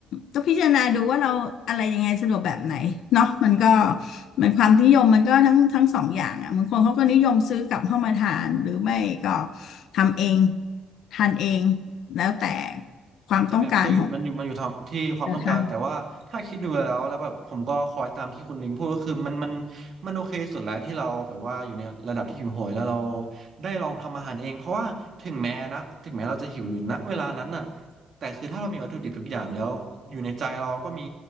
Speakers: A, on the left; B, on the right.
A: ต้องพิจารณาดูว่าเราอะไรยังไงสะดวกแบบไหนเนาะมันก็มันความนิยมมันก็ทั้งทั้งสองอย่างอ่ะบางคนเขาก็นิยมซื้อกลับเข้ามาทานหรือไม่ก็ทำเอง ทานเองแล้วแต่ความต้องการของ
B: ใช่ไหมมันก็อยู่มันอยู่มันอยู่ทางที่ความต้องการแต่ว่าถ้าคิดดูแล้วแล้วแบบผมก็คอยตามที่คุณลิงพูดก็คือมันมัน
A: นะคะ
B: มันโอเคสุดแล้วที่เราแบบว่าอยู่ในระดับที่หิวโหยแล้วเราได้ลองทำอาหารเองเพราะว่าถึงแม้นะถึงแม้เราจะหิวอยู่ณเวลานั้นน่ะแต่คือถ้าเรามีวัตถุดิบทุกอย่างแล้วอยู่ในใจเราก็มี